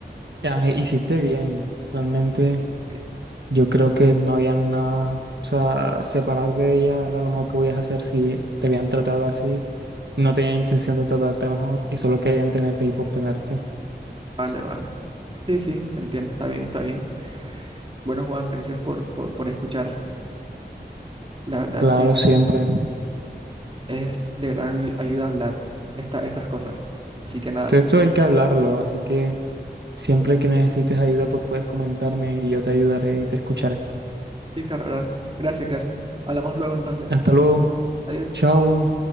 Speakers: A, on the right; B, on the right.
A: ah, hiciste bien. Realmente,
B: sí,
A: yo creo que no había nada. O sea, separarte de ella era lo mejor que podías hacer si te habían tratado así. No tenían intención de tratarte mejor y solo querían tenerte y por tenerte.
B: Vale, vale. Sí, sí, entiendo, está bien, está bien. Bueno, Juan, gracias por, por, por escuchar. La verdad,
A: Claro,
B: sí,
A: siempre.
B: es de gran ayu- ayuda hablar esta, estas cosas. Así que nada,
A: Todo esto hay que hablarlo, así que siempre que necesites ayuda, pues puedes comentarme y yo te ayudaré y te escucharé.
B: sí, claro, gra- gracias, gracias. Hablamos luego entonces.
A: Hasta luego.
B: Adiós.
A: Chao.